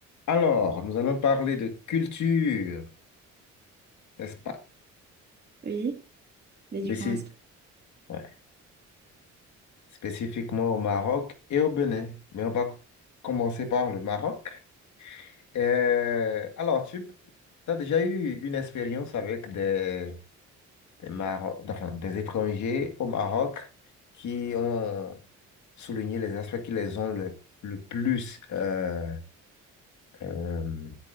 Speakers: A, on the left (about 70°); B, on the right (about 35°).
A: Alors, nous allons parler de culture, n'est-ce pas?
B: Oui, les
A: Spéci-
B: différents aspects.
A: ouais. Spécifiquement au Maroc et au Bénin. Mais on va commencer par le Maroc. Euh, alors, tu as déjà eu une expérience avec des, des, Maro- enfin, des étrangers au Maroc qui ont souligné les aspects qui les ont le, le plus, euh, euh,